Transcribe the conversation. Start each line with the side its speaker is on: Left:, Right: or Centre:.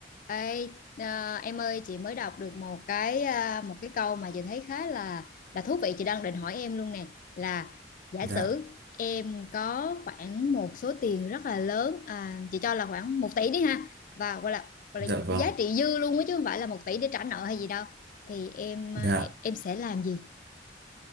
Left: Ê, à, em ơi chị mới đọc được một cái à, một cái câu mà chị thấy khá là là thú vị chị đang định hỏi em luôn nè là giả
Right: Dạ,
Left: sử em có khoảng một số tiền rất là lớn à, chị cho là khoảng một tỷ đi ha và gọi là gọi
Right: dạ
Left: là
Right: vâng,
Left: giá trị dư luôn á chứ không phải là một tỷ để trả nợ hay gì đâu thì em
Right: dạ.
Left: à, e- em sẽ làm gì?